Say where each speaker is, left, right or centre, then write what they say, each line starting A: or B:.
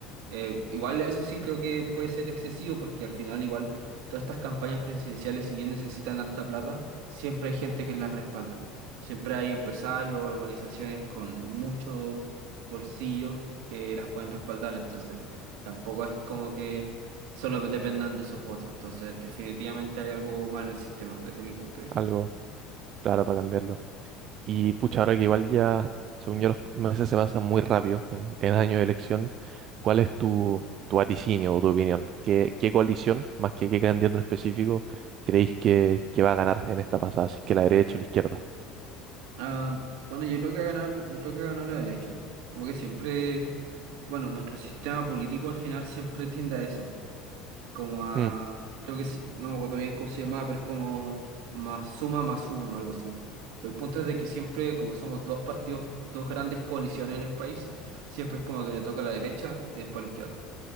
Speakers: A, on the right (about 75°); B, on the right (about 50°).
A: Eh, igual eso sí creo que puede ser excesivo porque al final igual todas estas campañas presidenciales, si bien necesitan harta plata, siempre hay gente que las respaldan. Siempre hay empresarios, organizaciones con mucho bolsillo que las pueden respaldar, entonces tampoco es como que solo dependan de sus votos, entonces definitivamente hay algo mal en el sistema desde mi punto de vista.
B: algo claro para cambiarlo. Y pucha, ahora que igual ya, según yo, los meses se pasan muy rápido en, en año de elección, ¿cuál es tu, tu vaticinio o tu opinión? ¿Qué, qué coalición, más que qué candidato en específico, creéis que, que va a ganar en esta pasada? Si es que la derecha o la izquierda.
A: Ah, bueno, yo creo que ganar, yo creo que ganó la derecha, como que siempre, bueno, nuestro sistema político al final siempre <laughs> tiende a eso, como a,
B: Mm,
A: creo que sí- no me acuerdo bien cómo se llamaba, pero es como más suma más uno, algo así. Pero el punto es de que siempre, como somos dos partidos, dos grandes coaliciones en el país, siempre es como que le toca a la derecha y después a la izquierda.